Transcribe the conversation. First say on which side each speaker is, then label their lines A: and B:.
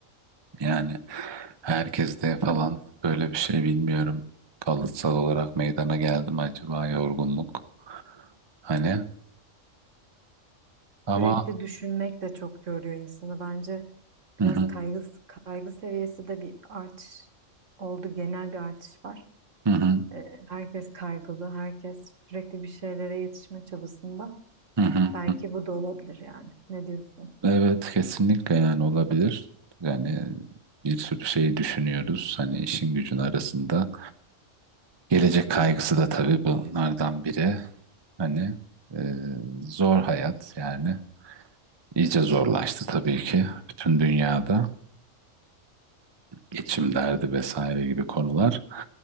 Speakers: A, on the right; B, on the right.
A: yani herkeste falan böyle bir şey bilmiyorum kalıtsal olarak meydana geldi mi acaba yorgunluk hani ama
B: Sürekli düşünmek de çok yoruyor insanı. Bence biraz
A: hı hı
B: kaygı, kaygı seviyesi de bir artış oldu. Genel bir artış var.
A: hı hı
B: Ee, herkes kaygılı. Herkes sürekli bir şeylere yetişme çabasında.
A: hı hı.
B: Belki bu da olabilir yani. Ne diyorsun?
A: Evet kesinlikle yani olabilir. Yani bir sürü şeyi düşünüyoruz. Hani işin gücün arasında. Gelecek kaygısı da tabii bunlardan biri. Hani e, zor hayat yani. iyice zorlaştı tabii ki bütün dünyada. Geçim derdi vesaire gibi konular.